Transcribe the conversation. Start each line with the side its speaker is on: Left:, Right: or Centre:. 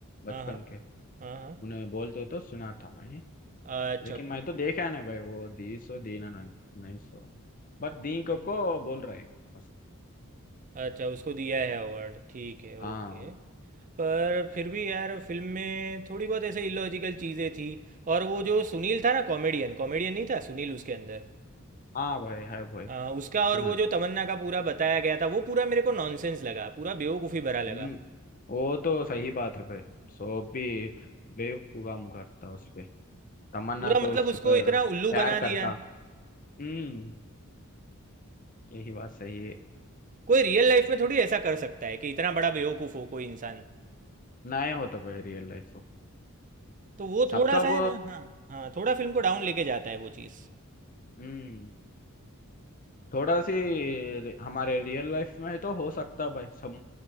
Left: बचपन
Right: हाँ हाँ
Left: के
Right: हाँ
Left: उन्हें बोलते तो सुना था मैं
Right: हाँ अच्छा
Left: लेकिन
Right: ओके
Left: मैं तो
Right: ओके
Left: देखा है ना भाई वो दी सो दीना ना नहीं सो बट दी को, को बोल रहा है बस
Right: अच्छा उसको दिया है अवार्ड ठीक है
Left: हाँ
Right: ओके पर फिर भी यार फिल्म में थोड़ी बहुत ऐसे इलॉजिकल चीज़ें थी और वो जो सुनील था ना कॉमेडियन कॉमेडियन नहीं था सुनील उसके अंदर
Left: हाँ भाई है भाई
Right: आ, उसका और
Left: सुनल
Right: वो जो तमन्ना का पूरा बताया गया था वो पूरा मेरे को नॉनसेंस लगा पूरा बेवकूफ़ी भरा
Left: हम्म
Right: लगा
Left: वो तो सही बात है भाई सो भी बेवकूफ काम करता उस पे तमन्ना
Right: पूरा
Left: को
Right: मतलब
Left: उसके
Right: उसको
Left: पर
Right: इतना उल्लू
Left: प्यार
Right: बना
Left: करता
Right: दिया
Left: हम्म यही बात सही है
Right: कोई रियल लाइफ में थोड़ी ऐसा कर सकता है कि इतना बड़ा बेवकूफ हो कोई इंसान
Left: नए हो तो भाई रियल लाइफ हो
Right: तो वो
Left: सब
Right: थोड़ा
Left: सब
Right: सा है ना हाँ हाँ थोड़ा फिल्म को डाउन लेके जाता है वो चीज़
Left: हम्म थोड़ा सी हमारे रियल लाइफ में तो हो सकता भाई सब